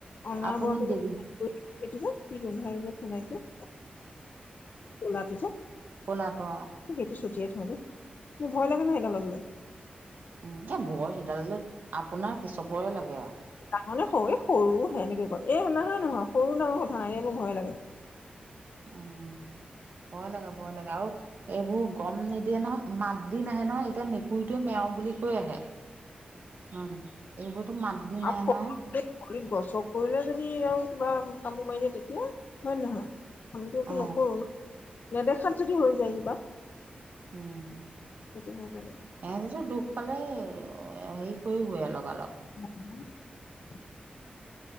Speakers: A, on the left; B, on the right.
A: অনবৰটে
B: আপুনি দি
A: স যে সেইটো যে কি গোন্ধাই যে ফেনাইলটো, ক'লাটো যে
B: কলটো অ
A: সেইটো ছুটিয়াই থো দেই মোৰ ভয় লাগে নহ সেইটো লগ লৈ,
B: উম এ ভয় সিডাল আপোনাৰ চবৰে লাগে আৰু,
A: ডাঙনে সৰু সৰু সেনেকে কয় এই নহয় নহয় সৰু ডাঙৰ কথা নাই এয়া মোৰ ভয়ে লাগে,
B: উম ভয় লাগে ভয় লগাগে আৰু, এইবোৰ গম নিদিয়ে নহয় মাত দি নাহে নহয় এতিয়া মে, মেকুুৰিটোৱে মেও বুলি কৈ আহে হয়ে নহয় এইবোৰতো মাত, দি নাহে
A: আ <unintelligible>
B: নহয়
A: গছক কৰিলে যদি আৰু কিবা কামোৰ মাৰিলে তেতিয়া, হয় নে নহয়? আমিতো একো
B: অ
A: নকৰো। নেদেখাত যদি হৈ যায় কিবা।
B: উম,
A: সেইটো ভয় লাগে
B: ইহঁতি যে দুখ পালে হেৰি কৰিবই আউ লগা লগ।
A: <inaudible>